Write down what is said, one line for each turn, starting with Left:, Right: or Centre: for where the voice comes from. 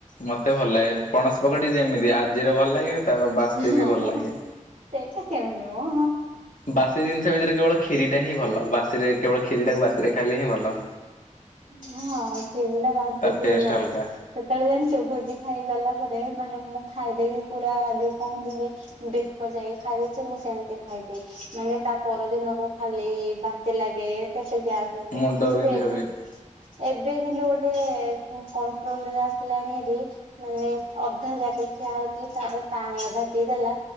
Left: ମତେ ଭଲ ଲାଗେ ପଣସ ପକୋଡି ଯେମିତି ଆଜିର ଭଲ ଲାଗେ ତା ବାସି
Right: ହଁ
Left: ବି ଭଲ
Right: ହଁ
Left: ଲାଗେ।
Right: ସେଇଟା କେମତି ମ
Left: ବାସି ଜିନିଷ ଭିତରେ କେବଳ ଖିରିଟା ହିଁ ଭଲ ବାସିରେ କେବଳ ଖିରିଟାକୁ ବାସିରେ ଖାଇଲେ ହିଁ ଭଲ।
Right: ହଁ ସେଭଳିଆ ବାସି
Left: ତାର
Right: ଖିରି
Left: ଟେଷ୍ଟ
Right: ଭଲ।
Left: ଅଲଗା
Right: ସେତେବେଳେ ଜାଣିଛ ଭୋଜି ଖାଇ ଗଲା ପରେ ମାନେ ମୁଁ ଖାଇଦେବି ପୁରା ଯୋଉ କହନ୍ତିନି ବେକ ଯାଏଁ ଖାଇଦେଇଛି ମୁଁ ସେମତି ଖାଇଦିଏ ମାନେ ତା ପରଦିନ କୁ ଖାଲି ବାନ୍ତି ଲାଗେ ପେଟ ଗ୍ୟାସ ହେଇଯାଏ
Left: ମୁଣ୍ଡ
Right: ମୋର
Left: ବିନ୍ଧିବ
Right: ଏବେ
Left: ବି
Right: ଏବେ କିନ୍ତୁ ଗୋଟେ କଣ କଣ୍ଟ୍ରୋଲ ରେ ଆସିଲାଣି ଏଠି ମାନେ ଅଧା ଯାକେ ଖିଆ ହଉଛି ତାପରେ ପାଣି ଅଧା ପିଇଦେଲା